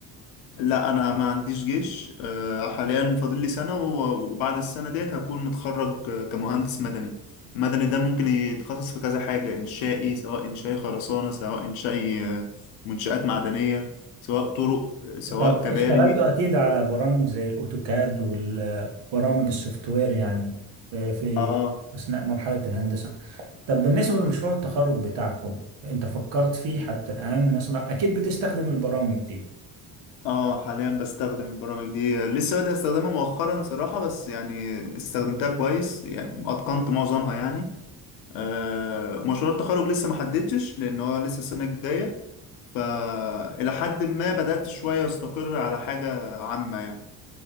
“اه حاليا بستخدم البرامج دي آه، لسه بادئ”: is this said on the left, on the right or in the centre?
Left